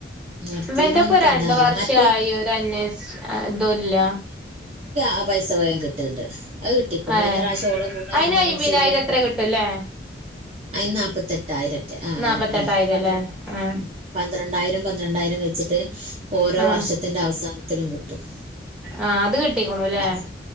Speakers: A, on the right (about 35°); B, in the centre.
A: നിർത്തിയെന്ന്
B: ഇവന്റെ
A: പറഞ്ഞപ്പോ
B: ഇപ്പൊ രണ്ട്
A: എന്താ അറിയില്ല
B: വർഷായി.
A: മറ്റേ
B: ഒരന്വേഷ് ഇതുല്ല
A: ആ പൈസ വേഗം കിട്ടണ്ട് അത് കിട്ടിപ്പം.
B: ഏ
A: കഴിഞ്ഞ പ്രാശ്യം ഓള കൂടെ
B: അയിന്
A: എൻ എൻ
B: അയിമ്പിനായിരം
A: ഓസി എഴ്തിയ കുട്ട്യേക്കും
B: എത്ര കിട്ടുംല്ലേ
A: അയിൻ നാല്പത്തെട്ടായിരാറ്റെ ആ അങ്ങനെ
B: നാപ്പത്തെട്ടായിരം
A: ആ പന്ത്രണ്ട്
B: ല്ലേ ആ
A: ഉം പന്ത്രണ്ടായിരം പന്ത്രണ്ടായിരം വെച്ചിട്ട് ഓരോ
B: ആ
A: വർഷത്തിന്റെ അവസാനത്തിലും കിട്ടും
B: ആ അത് കിട്ടിക്കുണുല്ലേ
A: അത്